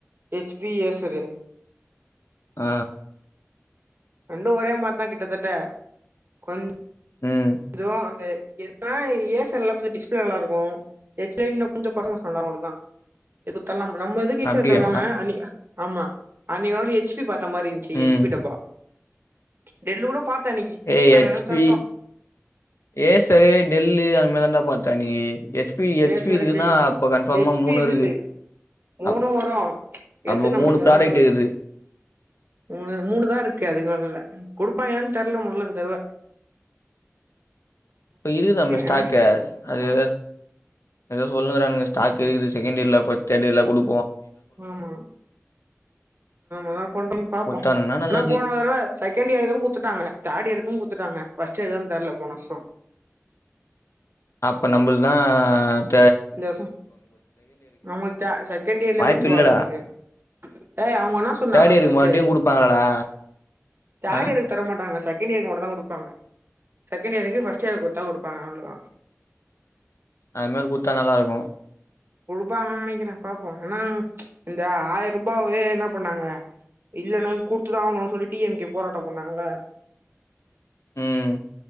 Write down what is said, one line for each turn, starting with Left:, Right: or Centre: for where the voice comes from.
Right: எச் பி எஸ் ரே
Left: ஆ
Right: ரெண்டும் ஒரே மாரி தா கிட்டத்தட்ட கொஞ்
Left: ம்
Right: ரோ அந்த இப்பல்லாம் ஏசர்ல கொஞ்சம் டிஸ்பிளே நல்லா இருக்கும் ஹெச்டில கொஞ்சம் படம் நல்லா ஓடுதா இதுக்கெல்லாம் நம்ம இதுக்கு ஏசர்
Left: அப்டியா
Right: தருவாங்க அன்னி ஆமா அன்னிக்கு ஒரு நாள் எச் பி பா அந்த மாரி இருந்துச்சு
Left: ம்
Right: எச்பி டப்பா சச்சு டெல்லூ கூட பாத்த இத்தனைக்கு எத்தர
Left: ஏ ஹெச்
Right: சத்த
Left: பி ஏசரு டெல்லு அந்தமாரி தான்ட பாத்த நீ H P H
Right: Acer
Left: P இருக்குன்னா
Right: டெல்
Left: அப்ப கன்ஃபார்மா
Right: ஹெச்பில
Left: மூணு
Right: இருந்தது
Left: இருக்கு
Right: மூணு
Left: அப்
Right: வரும் எது
Left: அப்போ
Right: நமக்கு
Left: மூணு ப்ராடக்ட் இருக்குது
Right: மூணு மூணுதான் இருக்கு அதுக்குமேல இல்ல குடுப்பாங்கலா தெரி முல்லங்க தேவ்
Left: இப்ப இருக்குதாமே ஸ்டாக்க
Right: என்ன
Left: அது ஏதோ சொல்லுனுருக்காங்க ஸ்டாக் செகண்ட் இயர்ல தேடியர் ல கொடு
Right: ஆமா அதான் பண்றாங்க பாப்போம்
Left: குடுத்தானுங்கன்னா நல்லது
Right: ஏனா போனத செகண்ட் இயருக்கும் குத்துட்டாங்க தேர்ட் இயருக்கும் குத்துட்டாங்க ஃப்ஸ்ட் இயர் தெர்ல போன வருசம்
Left: அப்ப நம்புள்து தான்
Right: இந்த வருசம் ஆமா செகண்ட் இயர்ல
Left: வாய்ப்பு
Right: குடுத்துருவாங்க
Left: இல்லடா
Right: நம்முளுக்கு அ அவுங்க என்னா சொன்னாங்க
Left: தேர்ட் இயருக்கு
Right: ஃப்ஸ்ட்
Left: மறுபடியு குடுப்பாங்களாடா
Right: தேர்ட்
Left: ஆ
Right: இயர்க்கு தர மாட்டாங்க செ சீனியர்க்கு மட்டு தான் குடுப்பாங்க செகண்ட் இயருக்கு ஃபஸ்ட் அட்சயாக்கு கொடுத்தா குடுப்பாங்க அவ்ளோதா
Left: அது மாரி குடுத்தா நல்லா இருக்கும்
Right: குடுப்பாங்க நனைக்கிறேன் பாப்போம் ஏன்னா ம்ச் இந்த ஆயிரம் ரூபாவே என்னா பண்ணாங்க இல்லன்னா குடுத்துதான் ஆகணும்ன்னு சொல்லி டிஎம்கே போராட்டம் பண்ணாங்கள
Left: ம்